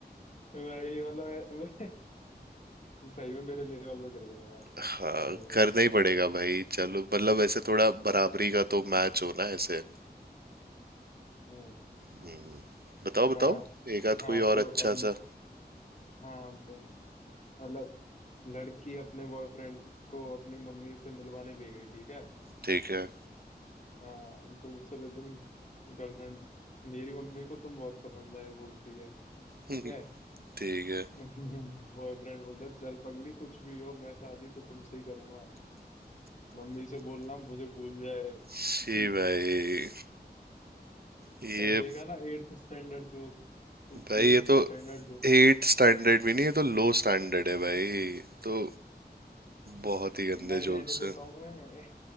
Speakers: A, on the left; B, on the right.
A: भाई मतलब तू <laughs> सही में मेरे लेवल पे गिर गए यार
B: हाँ
A: रहने दो
B: करना ही पड़ेगा भाई चलो मतलब ऐसे थोड़ा बराबरी का तो मैच होना है ऐसे
A: हम्म
B: हम्म, बताओ
A: हाँ
B: बताओ एक आध
A: हाँ
B: कोई और
A: तो
B: अच्छा
A: अब मैं-
B: सा
A: हाँ तो मतलब लड़की अपने बॉयफ्रेंड को अपनी मम्मी से मिलवाने ले गई ठीक है
B: ठीक है
A: आ, दूसरे दिन गर्लफ्रेंड मेरी मम्मी को तुम बहुत पसंद आए बोलती है ठीक
B: <laughs>
A: है
B: ठीक है
A: <laughs> बॉयफ्रेंड बोलता है चल पगली कुछ भी हो मैं शादी तो तुमसे ही करूंगा मम्मी से बोलना मुझे भूल जाए
B: जी
A: ठीक
B: भाई ये
A: है देखा ना एट्थ स्टैंडर्ड जो एट्थ
B: भाई ये तो
A: स्टैंडर्ड जो
B: एट स्टैंडर्ड भी नहीं ये तो लो स्टैंडर्ड है भाई तो बहुत ही गंदे
A: भाई रहने
B: जोक्स
A: देता हूँ मैं